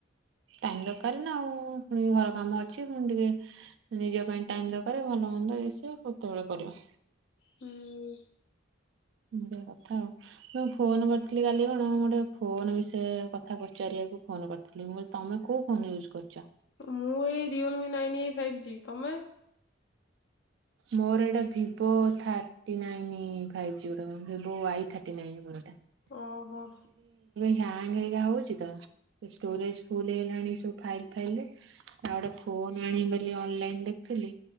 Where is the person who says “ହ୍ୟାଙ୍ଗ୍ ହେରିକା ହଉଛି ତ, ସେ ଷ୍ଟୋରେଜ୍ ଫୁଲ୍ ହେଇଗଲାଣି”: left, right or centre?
Right